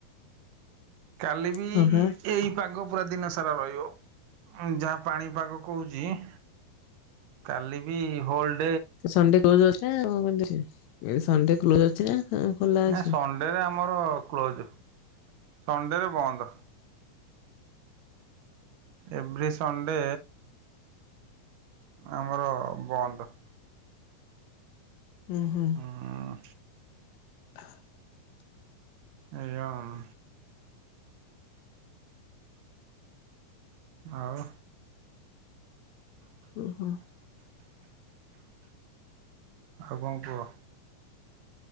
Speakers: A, on the right; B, on the left.
A: କାଲି ବି
B: ହଁ ବା
A: ଏଇ ପାଗ ପୁରା ଦିନସାରା ରହିବ, ଯାହା ପାଣିପାଗ କୋହୁଚି- କାଲି ବି ହୋଲଡ଼୍
B: ସନ୍ଡ଼େ କ୍ଲୋଜ ଅଛି ନା ଙ୍କ କେମିତି ଅଛି? ସନ୍ଡ଼େ କ୍ଲୋଜ ଅଛି ନା ଖୋଲା ଅଛି?
A: ସଣ୍ଡେରେ ନାଇ ନା ଆମର କ୍ଲୋଜ୍ ସଣ୍ଡେ ରେ ବନ୍ଦ। ଏଭ୍ରି ସନ୍ଡ଼େ‌ ଆମର ବନ୍ଦ।
B: ହୁଁ ହୁଁ।
A: ଉ ହୁଁ
B: <inaudible>
A: ଏଇଆ ଆଉ। ଆଉ
B: ଓହୋ
A: ଆଉ ଙ୍କ କୁହ